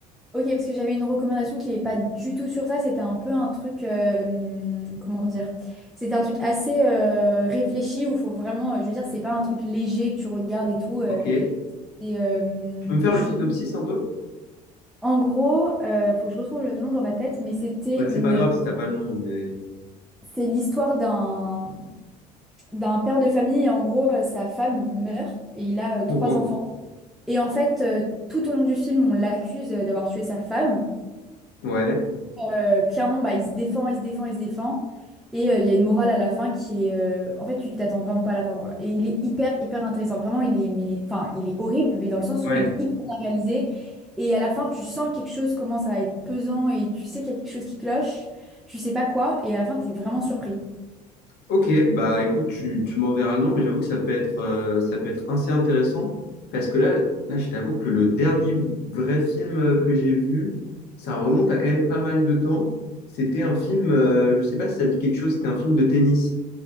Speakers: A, in the centre; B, on the left (about 50°).
A: ok, parce que j'avais une recommandation qui n'est pas du tout sur ça. C'était un peu un truc, euh, hum, comment dire? C'était un truc assez euh, réfléchi où faut vraiment, euh, je veux dire, c'est pas un truc léger que tu regardes et tout. euh,
B: Ok.
A: et euh, hmm,
B: Tu peux me faire
A: je,
B: le synopsis un peu?
A: en gros, euh, faut que je retrouve le nom dans ma tête, mais c'était
B: Ouais, c'est
A: une,
B: pas grave si t'as pas le nom, mais.
A: c'est l'histoire d'un d'un père de famille et en gros, euh, sa femme meurt et il a euh, trois
B: Oh, wow.
A: enfants. Et en fait, euh, tout au long du film, on l'accuse euh, d'avoir tué sa femme.
B: Ouais.
A: Euh, clairement, bah, il se défend, il se défend, il se défend. Et euh, il y a une morale à la fin qui est... euh, En fait, tu t'attends vraiment pas à la fin, quoi. Et il est hyper, hyper intéressant. Vraiment, il est... Mais... Enfin, il est horrible, mais dans le sens
B: Ouais.
A: où il est hyper bien réalisé. Et à la fin, tu sens quelque chose commence à être pesant et tu sais qu'il y a quelque chose qui cloche. Tu sais pas quoi. Et à la fin, t'es vraiment surpris.
B: Ok, bah écoute, tu, tu m'enverras le nom, mais j'avoue que ça peut être, euh, ça peut être assez intéressant parce que là, là, je t'avoue que le dernier vrai film euh, que j'ai vu, ça remonte à quand même pas mal de temps. C'était un film, euh, je sais pas si ça dit quelque chose, c'était un film de tennis